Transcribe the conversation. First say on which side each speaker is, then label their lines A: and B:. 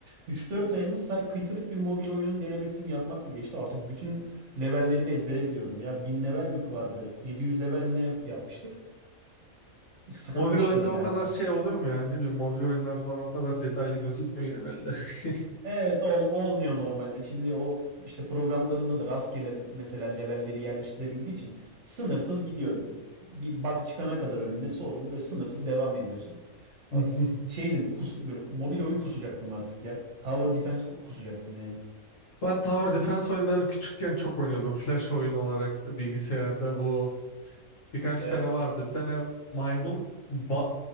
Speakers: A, on the right (about 60°); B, on the left (about 60°).
A: üç dört ayımız say- kıytırık bir mobil oyunun denemesini yapmakla geçti. Artık bütün levellerini ezbere biliyordum. Ya 1000 level mi vardı? 700 level mi ne yapmıştık? Sıkılmıştım
B: Mobil oyunda
A: ya.
B: o kadar şey oluyor mu yani? Ne bileyim mobil oyunlar bana o kadar detaylı gözükmüyor genelde. <laughs>
A: Evet ol, olmuyor normalde. Şimdi o işte programlarında da rastgele mesela levelleri yerleştirebildiği için sınırsız gidiyor. Bir bug çıkana kadar önüne sorun böyle sınırsız devam ediyorsun.
B: Hı
A: A- s-
B: hı.
A: Şeydim kus, böyle mobil oyun kusacaktım artık ya. Tower Defense ku- kusacaktım yani.
B: Ben Tower Defense oyunlarını küçükken çok oynuyordum. Flash oyun olarak bilgisayarda bu Birkaç
A: Evet.
B: tane vardı. Bir tane maymun ba-